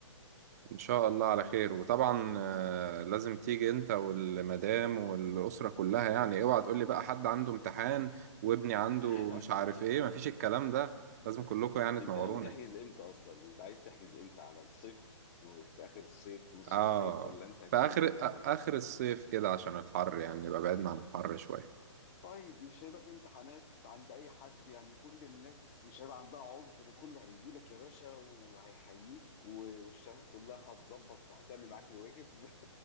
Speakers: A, on the right (about 30°); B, on the left (about 30°).
A: ان شاء الله على خير وطبعا آه، لازم تيجي انت والمدام والاسره كلها يعني اوعى تقول لي بقى حد عنده امتحان وابني عنده
B: <laughs>
A: مش عارف ايه مفيش الكلام ده لازم كلكم يعني
B: انت
A: تنوروني
B: ناوي تحجز امتى اصلا انت عايز تحجز امتى على الصيف في في اخر الصيف في نص
A: اه
B: الصيف ولا انت هتحجز
A: في اخر
B: امتى
A: أ- اخر الصيف كده عشان الحر يعني نبقى بعدنا عن الحر شويه
B: طيب مش هيبقى في امتحانات عند اي حد يعني كل الناس مش هيبقى عندها عذر كله هيجي لك يا باشا وهيحييك و- والشمس كلها هتظبط هتعمل معاك الواجب <laughs>